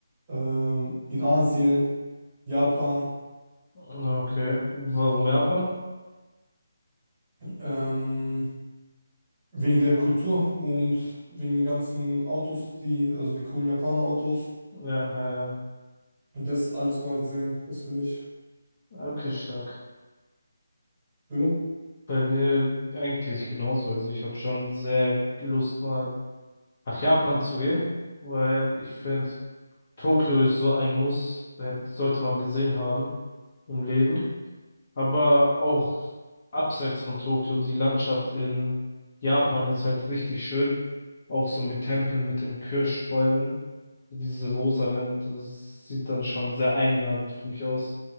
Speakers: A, on the right; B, on the left.
A: ähm, in Asien. Japan,
B: Ja, Okay. Warum Japan?
A: Ähm, wegen der Kultur und wegen den ganzen Autos, die, also die coolen Japaner-Autos.
B: Ja,
A: Und das alles mal sehen, das will ich.
B: äh, okay, stark.
A: Du?
B: Bei mir eigentlich genauso. Also ich habe schon sehr Lust, mal nach Japan zu gehen, weil ich finde, Tokio ist so ein Muss, hätte- sollte man gesehen haben im Leben. Aber auch abseits von Tokio, die Landschaft in Japan ist halt richtig schön. Auch so mit Tempeln, mit den Kirschbäumen, diese rosanen, das sieht dann schon sehr einladend für mich aus.